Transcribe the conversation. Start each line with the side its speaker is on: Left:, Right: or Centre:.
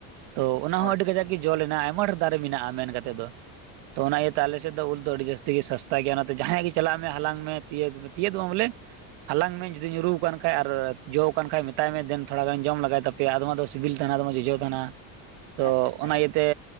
Right: ᱛᱚ ᱚᱱᱟ
Left: ᱦᱳᱭ
Right: ᱦᱚᱸ ᱟᱹᱰᱤ
Left: ᱦᱳᱭ
Right: ᱠᱟᱡᱟᱠ ᱜᱮ ᱡᱚ ᱞᱮᱱᱟ ᱟᱭᱢᱟ ᱰᱷᱮᱨ ᱫᱟᱨᱮ ᱢᱮᱱᱟᱜᱼᱟ ᱢᱮᱱ ᱠᱟᱛᱮᱫ ᱫᱚ ᱛᱚ ᱚᱱᱟ ᱤᱭᱟᱹ ᱛᱮ ᱟᱞᱮ ᱥᱮᱫ ᱫᱚ ᱩᱞ ᱫᱚ ᱟᱹᱰᱤ ᱡᱟᱹᱥ ᱛᱮᱜᱮ ᱥᱟᱥᱛᱟ ᱜᱮᱭᱟ ᱚᱱᱟᱛᱮ ᱡᱟᱦᱟᱸᱭᱟᱜ ᱜᱮ ᱪᱟᱞᱟᱜ ᱢᱮ ᱦᱟᱞᱟᱝ ᱢᱮ ᱛᱤᱭᱟᱹᱜᱽ ᱢᱮ ᱛᱤᱭᱟᱹᱜ ᱫᱚ ᱵᱟᱝ ᱵᱚᱞᱮ ᱦᱟᱞᱟᱝ ᱢᱮ ᱡᱩᱫᱤ ᱧᱩᱨᱩ ᱟᱠᱟᱱ ᱠᱷᱟᱡ ᱟᱨ ᱡᱚ ᱟᱠᱟᱱ ᱠᱷᱟᱡ ᱢᱮᱛᱟᱭ ᱢᱮ ᱫᱮᱱ ᱛᱷᱚᱲᱟ ᱜᱟᱱ ᱡᱚᱢ ᱞᱮᱟᱜᱟᱭ ᱛᱟᱯᱮ ᱯᱮᱭᱟ ᱟᱫᱚᱢᱟᱜ ᱫᱚ ᱥᱤᱵᱤᱞ ᱛᱟᱦᱮᱱᱟ ᱟᱫᱚᱢᱟᱜ ᱡᱚᱡᱚ ᱛᱟᱦᱮᱱᱟ, ᱛᱚ
Left: ᱟᱪᱪᱷᱟ ᱟᱪᱪᱷᱟ
Right: ᱚᱱᱟ ᱤᱭᱟᱹᱛᱮ